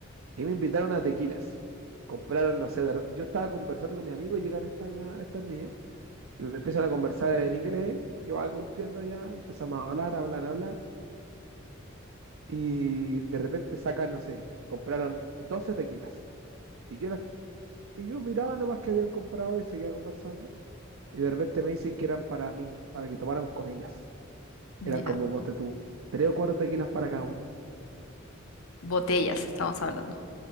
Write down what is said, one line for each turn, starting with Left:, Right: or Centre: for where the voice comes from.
Right: Y me invitaron a tequilas. Compraron, no sé, de re- yo estaba conversando con mi amigo y llegan estas estas niñas y me empiezan a conversar en inglés. Yo algo entiendo ya, empezamos a hablar, a hablar, a hablar. Y de repente sacan, no sé, compraron 12 tequilas. Y yo, las- y yo miraba nomás que habían comprado y seguía conversando. Y de repente me dicen que eran para mí, para que tomáramos con ellas.
Left: Ya.
Right: Eran como, ponte tú, tres o cuatro tequilas para cada uno.
Left: Botellas estamos hablando.